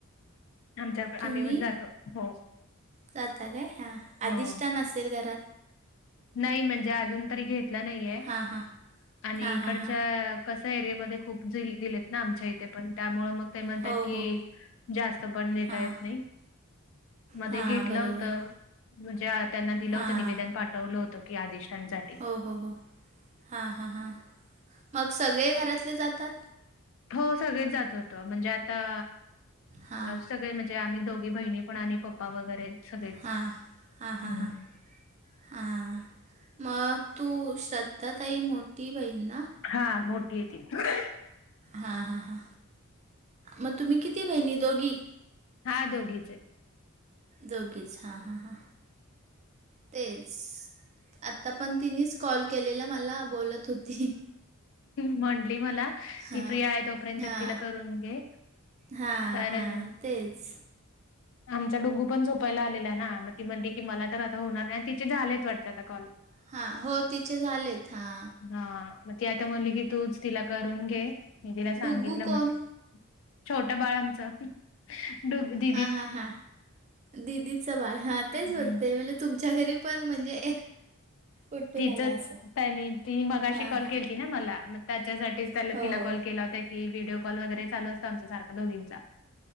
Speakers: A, on the left (about 60°); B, on the right (about 30°).
A: आमच्या
B: तुम्ही
A: आम्ही पण जातो हो
B: जाता काय हा
A: हो
B: अधिष्ठानानसेल घरात
A: नाही म्हणजे अजून तरी घेतलं नाहीये
B: हां हां
A: आणि
B: हां
A: इकडच्या
B: हां हां
A: कसा एरियामध्येध्ये खूप दिलेत ना आमच्या इथे पण त्यामुळे मग ते म्हणतात
B: हो
A: कि
B: हो
A: जास्त पण देता
B: हां
A: येत नाही. मध्ये
B: हां
A: घेतलं
B: बरोबर
A: होत म्हणजे त्यांना दिलं
B: हां
A: होत निवेदन पाठ हवलं होत की आदेशांचा
B: हो हो हो हां हां हां मग सगळे घरातले जातात.
A: हो सगळेच जात होत म्हणजे आता
B: हां
A: सगळे म्हणजे आम्ही दोघी बहिणी पण आणि पप्पा वगैरे सगळेच
B: हां हा हा
A: हम्म
B: हां. हां मग तू श्रद्धा तई मोठी बहीण ना.
A: हा मोठी आहे त.
B: हां हां हां मग तुम्ही किती बहिणी दोघी
A: हा दोघीचे
B: दोघीच हां हां हां तेच आता पण तिनेच कॉल केलेला मला बोलत होती.
A: म्हटली मला
B: हां
A: ती फ्री आहे तोपर्यंत
B: हां
A: तिला करून घे.
B: हां
A: कारण
B: हां तेच
A: आमचा डुगू पण सोपायला आलेला आहे ना मग ती म्हणते की मला तर आता होणार नाही आणि तिचे झालेच वाटतं आता कॉल
B: हां हो तिचे झालेत हां.
A: हा मग ती आता म्हणली की तूच तिला करून घे मी तिला सांगितलं
B: डुग्गू
A: म्हंटलं.
B: कोण
A: छोट्या बाळांचं <unintelligible> ु
B: हा हा हां दिदीचं बाळ हा
A: हम्म
B: तेच बोलते म्हणज तुमच्या घरी पण म्हणजे उठून
A: तिथच
B: आला असं
A: त्यांनी ती मगाशी
B: हां
A: कॉल
B: हां
A: केती ना मला म त्याच्यासाठी त्याला
B: हो
A: तिला कॉल केला होता की व्हिडिओ कॉल वगैरे चाल असत आमच्या सारखा दोघंचा